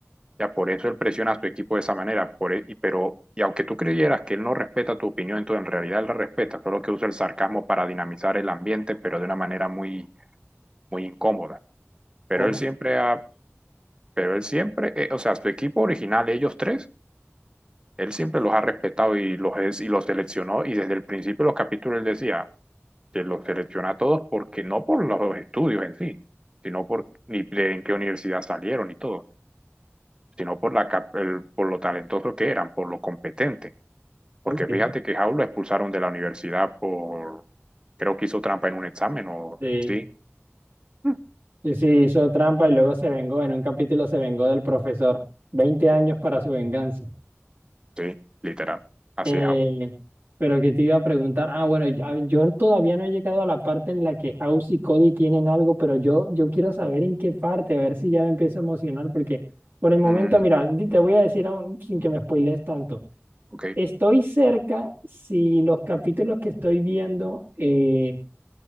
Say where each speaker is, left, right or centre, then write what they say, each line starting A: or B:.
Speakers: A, on the right (about 20°); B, on the right (about 45°).
A: Ya por eso él presiona a su equipo de esa manera, por e- y- pero y aunque tú creyeras que él no respeta tu opinión, entonces en realidad él la respeta, solo que usa el sarcasmo para dinamizar el ambiente, pero de una manera muy muy incómoda. Pero
B: Ok,
A: él siempre ha, pero él siempre, eh, o sea, su equipo original, ellos tres, él siempre los ha respetado y los es- y los seleccionó y desde el principio de los capítulos él decía que los selecciona a todos porque no por los estudios en sí, sino por ni de en qué universidad salieron y todo, sino por la cap- el- por lo talentosos que eran, por lo competentes. Porque
B: ok,
A: fíjate que Jau lo expulsaron de la universidad por, creo que hizo trampa en un examen o
B: sí.
A: sí, Mm.
B: Sí, sí, hizo trampa y luego se vengó, en un capítulo se vengó del profesor. 20 años para su venganza.
A: sí, literal. Así
B: Eh,
A: es, House.
B: pero que te iba a preguntar, ah, bueno, yo, a- yo todavía no he llegado a la parte en la que House y Cody tienen algo, pero yo, yo quiero saber en qué parte, a ver si ya me empiezo a emocionar, porque por el momento,
A: Mm,
B: mira, di- te voy a decir aún sin que me spoilees tanto.
A: ok.
B: Estoy cerca si los capítulos que estoy viendo eh,